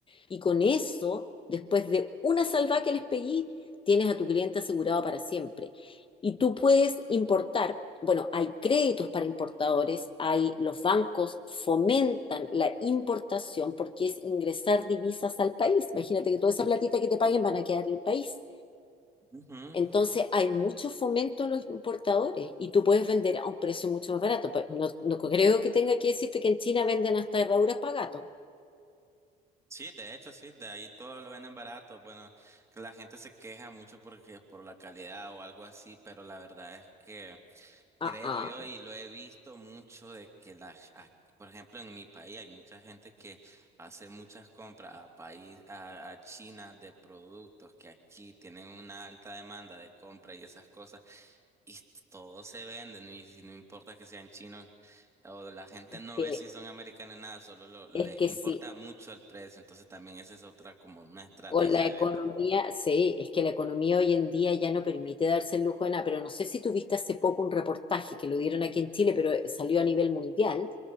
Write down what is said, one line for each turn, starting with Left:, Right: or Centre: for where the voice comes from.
Left: Y con eso, después de una salva que les pegué, tienes a tu cliente asegurado para siempre. Y tú puedes importar, bueno, hay créditos para importadores, hay los bancos fomentan la importación porque es ingresar divisas al país. Imagínate que toda esa platita que te paguen van a quedar en el país.
Right: Ujú.
Left: Entonces hay mucho fomento a los importadores y tú puedes vender a un precio mucho más barato. Pues, No, no creo que tenga que decirte que en China venden hasta herraduras para gatos.
Right: Sí, de hecho, sí, de ahí todo lo venden barato. Bueno, la gente se queja mucho porque por la calidad o algo así, pero la verdad es que
Left: Ah,
Right: Creo
Left: ah,
Right: yo, y lo he visto mucho de que las, ac- por ejemplo, en mi país hay mucha gente que hace muchas compras a país, a, a China de productos que aquí tienen una alta demanda de compra y esas cosas, y todos se venden, y si no importa que sean chinos, o la gente
Left: es
Right: no
Left: que,
Right: ve si son americanos nada, solo lo- le
Left: es que
Right: importa
Left: sí,
Right: mucho el precio, entonces también esa es otra como una estrategia
Left: o la
Right: de
Left: economía,
Right: venta.
Left: sí, es que la economía hoy en día ya no permite darse el lujo de nada, pero no sé si tuviste hace poco un reportaje que lo dieron aquí en Chile, pero salió a nivel mundial,